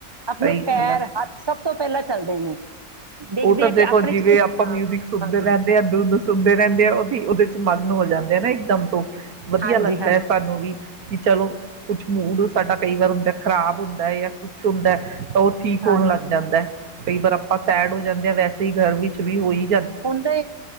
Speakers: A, on the right; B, on the right.
A: ਆਪਣੇ
B: ਸਹੀ
A: ਪੈਰ,
B: ਗੱਲ
A: ਹੱਥ ਸਭ ਤੋਂ ਪੈਲ ਲਾ ਚੱਲਦੇ ਨੇ ਦੇਖਦੇ
B: ਓਹ ਤਾਂ
A: ਆ
B: ਦੇਖੋ
A: ਕਿ ਆਪਣੇ
B: ਜਿਵੇਂ
A: ਚ ਕੁਛ
B: ਆਪਾਂ ਮਿਊਜਿਕ
A: ਹਾਂ
B: ਸੁਨਦੇ
A: ਹਾਂਜੀ
B: ਰੈੰਦੇ ਆਂ, ਦੁਧ ਸੁਣਦੇ ਰਹਿੰਦੇ ਆ, ਉਦੀ ਉਦੇ ਮਗਨ ਹੋ ਜਾਂਦੇ ਆ ਨਾ ਇੱਕਦਮ ਤੋਂ ਵਧੀਆ
A: ਹਾਂਜੀ
B: ਲੱਗਦੈ
A: ਹਾਂਜੀ
B: ਸਾਨੂੰ ਵੀ ਕਿ ਚਲੋ ਕੁਛ ਮੂਡ ਸਾਡਾ ਕਈ ਵਾਰ ਹੁੰਦੈ ਖਰਾਬ ਹੁੰਦੈ ਯਾ ਕੁ ਛ ਹੁੰਦੈ, ਤਾਂ ਓ ਠੀਕ ਹੋਣ
A: ਹਾਂਜੀ
B: ਲੱਗ ਜਾਂਦਾ ਕਈ ਵਾਰ ਆਪਾਂ ਸੈਡ ਹੋ ਵੈਸੇ ਈ ਘਰ ਵਿੱਚ ਵੀ ਓਈ
A: ਹੁੰਦੇ,